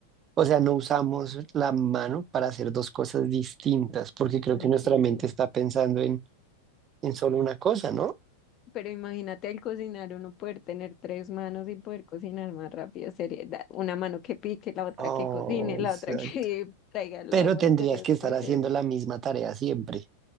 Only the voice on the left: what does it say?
con
el
tiempo.
Pero imagínate al cocinar uno poder tener tres manos y poder cocinar más rápido. Sería da- una mano que pique, la otra
que cocine, la
otra que <laughs> traiga el
agua.
Sería
súper
chévere.